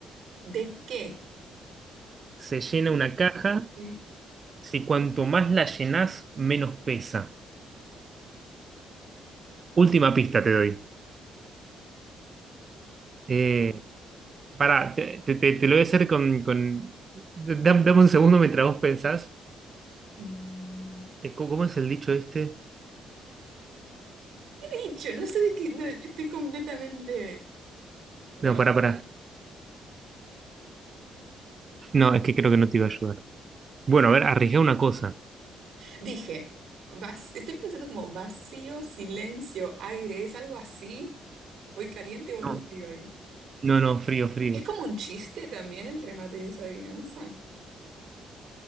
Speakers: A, on the right; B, on the right.
A: ¿De qué?
B: Se llena una caja,
A: Sí.
B: si cuanto más la llenás, menos pesa. Última pista te doy. Eh, pará, te, te- te- te lo voy a hacer con... con- da- Dame un segundo mientras vos pensás.
A: Mm,
B: Eh, ¿Cómo cómo es el dicho este?
A: ¿Qué he dicho? No sé de qué. no, estoy completamente. No.
B: No, pará, pará. No, es que creo que no te iba a ayudar. Bueno, a ver, arriesgá una cosa.
A: Dije. vas- estoy pensando como vacío, silencio, aire. ¿Es algo así? ¿Voy caliente o voy
B: No,
A: frío ahí?
B: no, no, frío, frío.
A: ¿Es como un chiste también el remate de esa adivinanza?